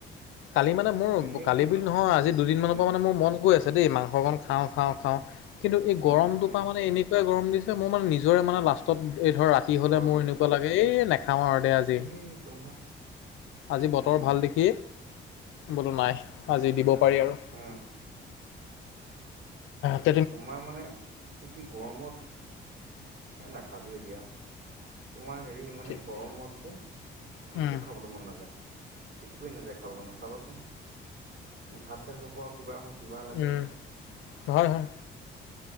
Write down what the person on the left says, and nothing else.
কালি মানে মোৰ
কালি
বুলি
নহয় আজি দুদিনমানৰ
পৰা মানে মোৰ মন গৈ আছে। দেই মাংসকণ খাওঁ-খাওঁ -খাওঁ কিন্তু এই গৰমটোৰ
পৰা মানে এনেই গৰম দিছে মই মানে নিজৰে মানে লাষ্টত এই ধৰ
ৰাতি
হলে মোৰ এনেকুৱা লাগে এই নেখাওঁ আৰু দে আজি
আজি বতৰ
ভাল দেখি বোলো নাই আজি দিব পাৰি আৰু
এ
ঠিকে
উম
উম, হয়- হয়।